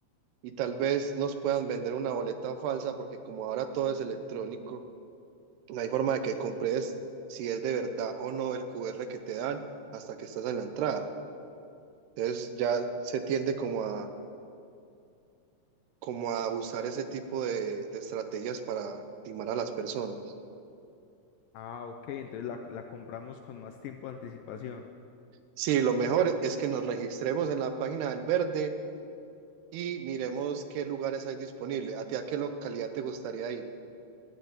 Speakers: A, on the right; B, on the left.
A: y tal vez nos puedan vender una boleta falsa, porque como ahora todo es electrónico, no hay forma de que compres si es de verdad o no el QR que te dan hasta que estás en la entrada. Entonces ya se tiende como a, como a usar ese tipo de, de estrategias para timar a las personas.
B: Ah, ok, entonces la, la compramos con más tiempo de anticipación.
A: Sí, lo mejor es que nos registremos en la página del Verde y miremos qué lugares hay disponibles. ¿A ti a qué localidad te gustaría ir?